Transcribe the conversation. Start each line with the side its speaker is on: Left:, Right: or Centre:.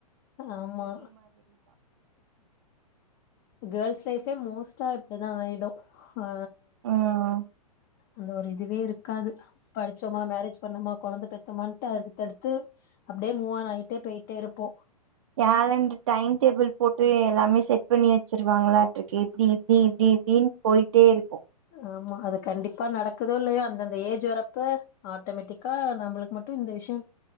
Left: ஆமா கேல்ஸ் லைஃபே மோஸ்ட் டா இப்படிதா ஆயிடும் ஆ
Right: ம்
Left: அது ஒரு இதுவே இருக்காது படிச்சோமா மேரேஜ் பண்ணோமா குழந்த பெத்தோமட்டு அடுத்த அடுத்து அப்படியே மூவான் ஆயிட்டே போயிட்டே இருப்போம்
Right: கலெண்ட் டைம் டேபள் போ எல்லாமே செட் பண்ணி வச்சருவாங்களா எப்படி இப்படி இப்படி இப்படின்னு போயிட்டே இருக்கும்
Left: ஆமா அது கண்டிப்பா நடக்குதோ இல்லையோ அந்தந்த ஏஜ் வரப்ப ஆட்டோமேட்டிக்கா நம்மளுக்கு மட்டும் இந்த விஷயம்